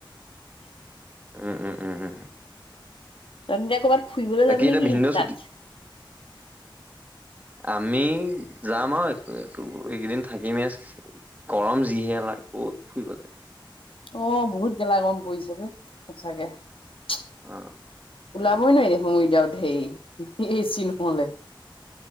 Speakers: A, on the right; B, on the left.
A: ওঁ, ওঁ, ওঁ, ওঁ
B: ৰণিদা কবাত ফুৰিবলৈ যাবি
A: এতিয়া
B: নেকি?
A: ভিনদেউ ছুটি
B: তাত
A: আমি যাম আও এ তো এইকেইদিন থাকিমেই চে গৰম যিহে লাগে ক'ত ফুৰিব যায়।
B: অঁ, বহুত গেলা গৰম পৰিছে বে সঁচাকে। চিহ্‌,
A: অ সেইটোৱে
B: ওলাবই নোৱাৰি দেখোন উইথআওত হেৰি হিঁ হিঁ চিংফুঙলে।